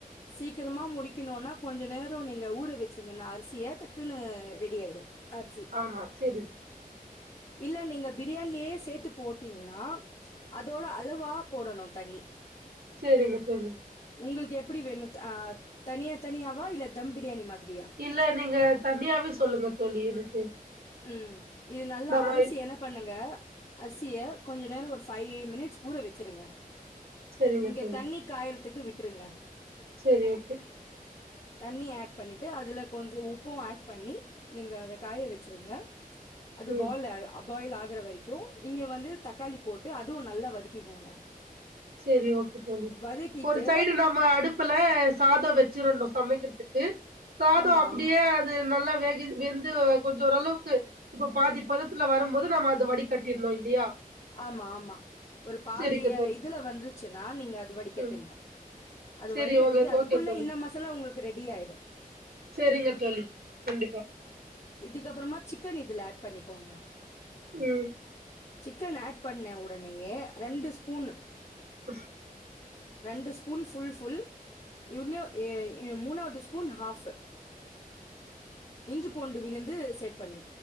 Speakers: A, on the left; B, on the right.
A: சீக்கரமா முடிக்கணுனா கொஞ்சொ நேரோ நீங்க ஊற வெச்சீங்கன்னா அரிசிய டக்குன்னு ரெடி ஆயிடு அரிசி
B: ஆமா செரி
A: இல்ல நீங்க பிரியாண்லே சேத்து போட்டீங்ன்னா அதோட அளவா போடணு தண்ணி
B: செரிங்க தோழி
A: உங்களுக்கு எப்பிடி வேணு த ஆ தனியா தனியாவா இல்ல தம் பிரியாணி மாதிரி
B: இல்ல நீங்க தனியாவே சொல்லுங்க தோழி எனக்கு
A: ம் இது நல்லா
B: நம்ம
A: அழசி என்ன பண்ணுங்க அர்சிய கொஞ்ச நேரோ ஒரு ஃபைவ் மினிட்ஸ் ஊற வச்சிருங்க
B: சேரிங்க
A: இங்க
B: தோழி
A: தண்ணி காயறத்துக்கு விட்டுருங்க
B: சேரி ஓகே
A: தண்ணி ஏட் பண்ணிட்டு அதில கொஞ்சோ உப்பு ஏட் பண்ணி நீங்க அத காய வச்சிருங்க அது
B: ம்
A: பால்ல அ பாயில் ஆகற வரைக்கு இங்க வந்து தக்காளி போட்டு அதுவு நல்லா வதக்கிக்கோங்க
B: செரி ஓகே தோழி
A: வதக்கிட்டு
B: ஒரு சைடு நம்ம அடுப்புல ல சாதோ வச்சிரணு சமைக்கற்துக்கு சாதோ
A: ஆமா
B: அப்டியே
A: ஆமா
B: அது நல்லா வேகுது வெந்து கொஞ்சொ ஓரளவுக்கு இப்ப பாதி பதத்துல வரம்போது நம்ம அத வடி கட்டிரணு இல்லையா
A: ஆமா ஆமா ஒரு பாதிய
B: சேரிங்க தோழி
A: இதுல வந்துருச்சுன்னா நீங்க அது வடிகட்டிர்னு
B: ம்
A: அது
B: செரி
A: வடி கட்டிட்டு
B: ஓகே
A: அதுக்குள்ள
B: ஓகே தோழி
A: இந்த மசாலா உங்களுக்கு ரெடி ஆயிடு
B: செரிங்க தோழி கண்டிப்பா
A: இதுக்கப்புறமா சிக்கன் இதுல ஆட் பண்ணிக்கோங்க
B: ம்
A: சிக்கன் ஆட் பண்ண உடனேயே ரெண்டு ஸ்பூனு
B: <unintelligible>
A: ரெண்டு ஸ்பூன் ஃபுல் ஃபுல் எ உண்மயோ எ எ மூணாவது ஸ்பூன் ஹாஃப் இஞ்சிப் பூண்டு விழுந்து சேட் பண்ணி